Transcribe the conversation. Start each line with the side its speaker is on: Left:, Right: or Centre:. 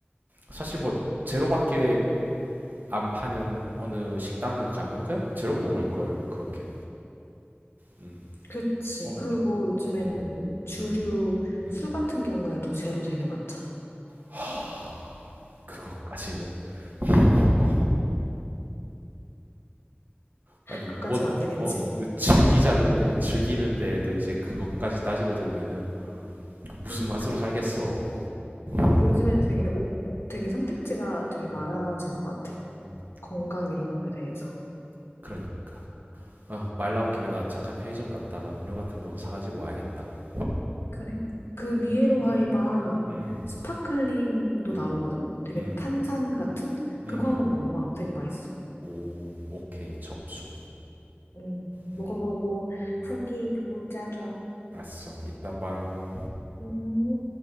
Right: 사실 뭐 제로밖에 안 파는 어느 식당을 가면 그냥 제로 먹을 걸 그렇게 음.
Left: 그치.
Right: 어,
Left: 그리고
Right: 맞-
Left: 요즘에는
Right: 음,
Left: 주류
Right: 음, 음.
Left: 술 같은 경우에도 제로 되게 많잖아.
Right: 하, 그것까지는 <laughs> 어, 아니
Left: 그까진
Right: 뭐어
Left: 안 되겠지.
Right: 즐기자는데 즐기는데도 이제 그것까지 따지고 들면은 그 무슨
Left: 그러니까.
Right: 맛으로 살겠어 <laughs>
Left: 요즘에는 되게 옵, 되게 선택지가 되게
Right: 음,
Left: 많아진 것 같아.
Right: 음.
Left: 건강 이런 거에 대해서.
Right: 그러니까. 아, 말
Left: 음.
Right: 나온 김에 나 잠깐 편의점 갔다가 음료 같은 거 사가지고 와야겠다.
Left: 그래. 그 미에로
Right: 네.
Left: 하이바
Right: 음, 음,
Left: 스파클링도
Right: 음,
Left: 나오거든? 되게
Right: 음,
Left: 탄산 같은?
Right: 음.
Left: 그거
Right: 음.
Left: 한번 먹어봐. 되게 맛있어.
Right: 오, 오케이, 접수.
Left: 음,
Right: 음,
Left: 먹어보고
Right: 음.
Left: 후기 문자 줘.
Right: 알았어. 이따 봐.
Left: 음.